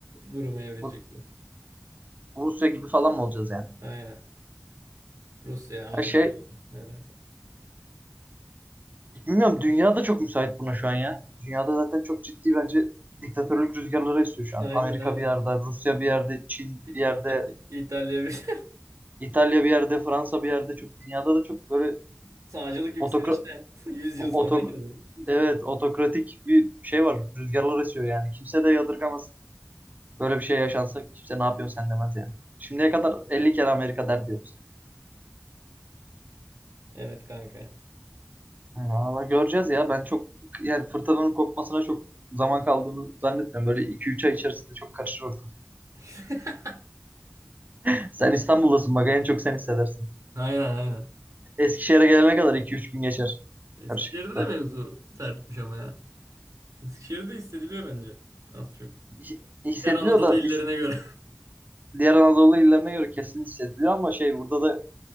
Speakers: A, on the right (about 90°); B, on the right (about 35°).
A: duruma evrilecek
B: bu
A: bu.
B: Rusya gibi falan mı olacağız yani?
A: Aynen. Rusya, Azerbaycan
B: Her şey
A: ne dersen.
B: bilmiyorum dünya da çok müsait buna şu an ya. Dünyada zaten çok ciddi bence diktatörlük rüzgarları esiyor şu an.
A: Aynen
B: Amerika
A: aynen.
B: bir yerde, Rusya bir yerde, Çin
A: İ-
B: bir yerde,
A: İta- İtalya bir
B: İtalya bir yerde, Fransa bir yerde çok dünyada da çok böyle
A: <laughs> sağcılık yükselişte
B: otokra
A: <laughs> 100
B: otok
A: yıl sonra girdin.
B: evet otokratik bir şey var. Rüzgarlar esiyor yani. Kimse de yadırgamaz. Böyle bir şey yaşansa kimse ne yapıyorsun sen demez yani. Şimdiye kadar 50 kere Amerika der diyorum
A: Evet kanka.
B: sana. Valla göreceğiz ya. Ben çok yani fırtınanın kopmasına çok zaman kaldığını zannetmiyorum. Böyle iki üç ay içerisinde çok karışır ortam.
A: <laughs>
B: <laughs> Sen İstanbul'dasın bak en çok sen hissedersin.
A: Aynen aynen.
B: Eskişehir'e gelene kadar iki üç gün geçer.
A: Eskişehir'de
B: Karışıklıklar.
A: de mevzu sertmiş ama ya. Eskişehir'de hissediliyor bence. Az çok.
B: Hi- Hissediliyor
A: Diğer Anadolu
B: da
A: illerine
B: biz
A: göre.
B: diğer Anadolu illerine göre kesin hissediliyor ama şey burada da